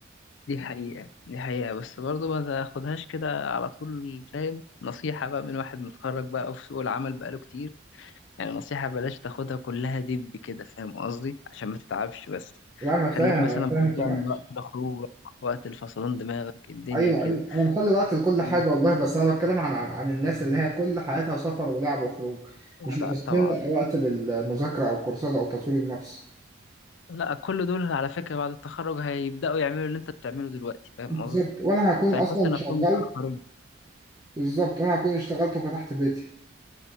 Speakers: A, on the left; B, on the right.
A: دي حقيقة دي حقيقة بس برضه ما تاخدهاش كده على طول فاهم نصيحة بقى من واحد متخرج بقى وفي سوق العمل بقاله كتير يعني نصيحة بلاش تاخدها كلها دب كده فاهم قصدي عشان ما تتعبش بس
B: لا أنا فاهم
A: خليك مثلا
B: أنا فاهم
A: بتضيع
B: ما تقلقش.
A: من وقت لخروج وقت الفصلان دماغك الدنيا
B: ايوه
A: كده
B: ايوه انا مخلي وقت لكل
A: ومش-
B: حاجه والله بس انا بتكلم عن عن, عن الناس اللي هي كل حياتها سفر ولعب وخروج مش مخصصين
A: لا طبعا
B: وق- وقت للمذاكره او كورسات او تطوير النفس
A: لا كل دول على فكرة بعد التخرج هيبدأوا يعملوا اللي انت بتعمله دلوقتي فاهم
B: بالظبط
A: قصدي
B: وانا هكون
A: فيحسوا
B: اصلا
A: نفسهم
B: شغال
A: متأخرين
B: بالظبط انا هكون اشتغلت وفتحت بيتي